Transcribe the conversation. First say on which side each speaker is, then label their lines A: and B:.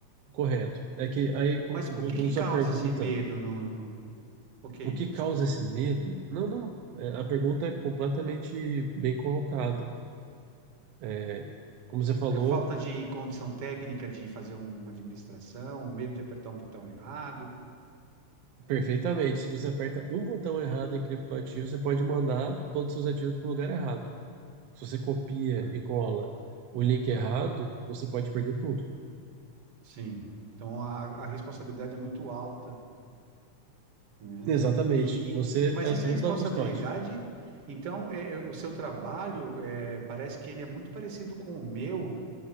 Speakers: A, on the right; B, on the right.
A: correto. É que aí, co-
B: Mas o
A: voltando
B: que que
A: à
B: causa
A: sua pergunta,
B: esse medo no, no- Ok,
A: o que causa
B: desculpa.
A: esse medo? Não, não. é, A pergunta é completamente bem colocada. É, como você falou
B: É falta de condição técnica de fazer uma administração, um medo de apertar um botão errado.
A: perfeitamente, se você aperta um botão errado em criptoativo, você pode mandar todos os seus ativos para o lugar errado. Se você copia
B: Tá.
A: e cola o link errado, você pode perder tudo.
B: Sim. Então a, a responsabilidade é muito alta, né?
A: Exatamente.
B: E,
A: Você
B: e mas
A: é o
B: essa
A: dono
B: responsabilidade,
A: da custódia.
B: então é, é, o seu trabalho é, parece que ele é muito parecido com o meu,